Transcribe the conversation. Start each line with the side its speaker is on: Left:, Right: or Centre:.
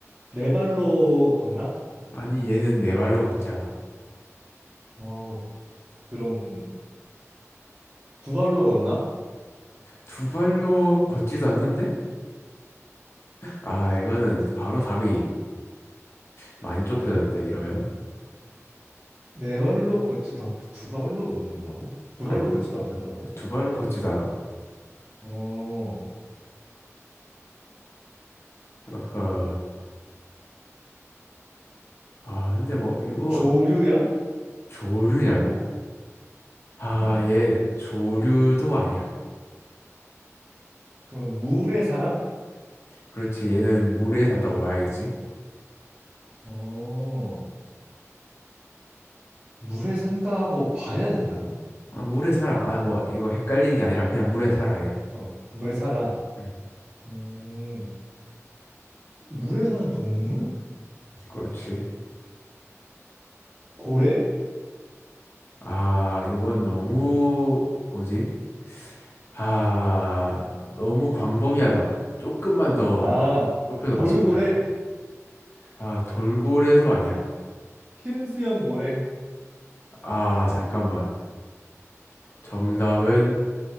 Right: 네 발로 걷나?
Left: 아니, 얘는 네 발로 걷지 않아.
Right: 어, 그럼, 두 발로 걷나?
Left: 두 발로 걷지도 않는데? 아, 이거는 바로 답이 많이 좁혀졌는데, 이러면.
Right: 네 발로 걷지도 않고, 두 발로 걷는다고? 두
Left: 아니,
Right: 발로 걷지도 않는다고?
Left: 두 발로 걷지도 않아.
Right: 어,
Left: 어허. 아, 근데 뭐, 이거
Right: 조류야?
Left: 조류냐고? 아,
Right: 어.
Left: 얘 조류도 아니야.
Right: 그럼 물에 살아?
Left: 그렇지, 얘는 물에 산다고 봐야겠지?
Right: 어, 물에 산다고 봐야 된다고?
Left: 아, 물에 살아. 아, 뭐, 이거 헷갈리는 게 아니라 그냥 물에 살아, 얘.
Right: 어, 물에 살아.
Left: 음,
Right: 음, 물에 사는 동물?
Left: 그렇지.
Right: 고래?
Left: 아, 이건 너무, 뭐지? 아, 너무 광범위하다. 조금만
Right: 어.
Left: 더
Right: 아,
Left: 좁혀서
Right: 돌고래?
Left: 맞춰보자. 아, 돌고래도 아니야.
Right: 흰수염 고래?
Left: 아, 잠깐만. 정답은